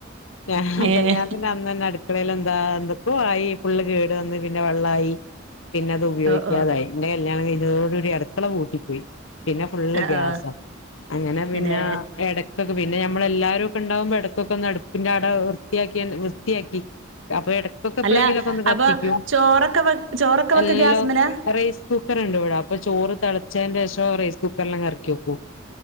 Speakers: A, on the left (about 75°); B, on the right (about 75°).
A: ഞാൻ
B: ഏ
A: കല്യാണ <unintelligible> അന്ന തന്നെ അടുക്കളൽ എന്താ എന്തൊക്ക ആയി ഫുള്ള് കേടുവന്നു പിന്നെ വെള്ള ആയി പിന്നെ അത് ഉപയോഗിക്കാതായി
B: ഓ ഓ
A: എന്റെ കല്യാണം കഴിഞ്ഞോട് കൂടി അടുക്കള പൂട്ടിപ്പോയി പിന്നെ ഫുള്ള്
B: ആ
A: ഗ്യാസ
B: ഓ
A: അങ്ങനെ പിന്നെ
B: തന്നെ
A: എട പിന്നെ നമ്മളെല്ലാരും ഒക്കെ ഉണ്ടകുമ്പോ ഇടത്തൊക്കെ ഒന്ന് അടുപ്പിന്റെ അവിടെ വൃത്തിയാക്കിയ വൃത്തിയാക്കി അപ്പൊ ഇടക്കൊക്കെ എപ്പഴെങ്കിലൊക്കെ
B: അല്ല
A: ഒന്ന് കത്തിക്കോ
B: അപ്പൊ ചോറൊക്കെ വെ ചോറൊക്കെ വെക്ക
A: എല്ലാം
B: ഗ്യാസ്മല
A: റൈസ് കുക്കർ ഉണ്ട് ഇവിടാ അപ്പൊ ചോറ് തിളച്ചന്റെഷം റൈസ് കുക്കറിലെ അറക്കി വെക്കും